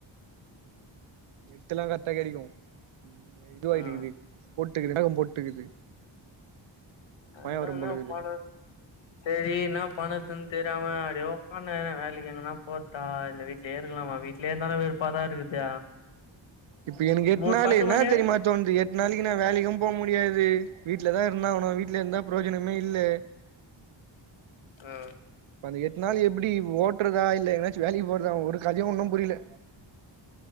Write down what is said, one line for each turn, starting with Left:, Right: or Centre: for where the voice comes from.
Right: நெட்டு எல்லா கரெக்டா கிடைக்கு நீ இதுவாயி
Left: ம்
Right: இருக்குது போட்டுக்குது வேகம் போட்டுக்குது
Left: அதான்ன
Right: மய வரும் பொழுது
Left: போன சரி என்னா பண்ணதுன்னு தெரியாம அப்படிய உக்கா வே வேலைக்கு எங்கன்னா போத்தா இலட்டு வீ ட்டலே இருக்கலாமா வீட்டலே இருந்தாலு வேறு பாதா இருக்குது
Right: இப்ப எனக்கு எட்டு
Left: ஒரு
Right: நாள்
Left: பத்து
Right: என்ன
Left: மணி வர
Right: தெரியூமாட் தொன்து எட்டு நாளைக்கு நா வேலைக்கும் போ முடியாது வீட்டுல தா இருந்த ஆனும் வீட்டுல இருந்தா பிரோஜனமே இல்ல
Left: ஆ
Right: இப்ப அந்த எட்டு நாளு எப்டி ஓட்டுறதா இல்ல எங்கயாச்சு வேலைக்கு போறதா ஒரு கதையும் ஒன்னும் புரியல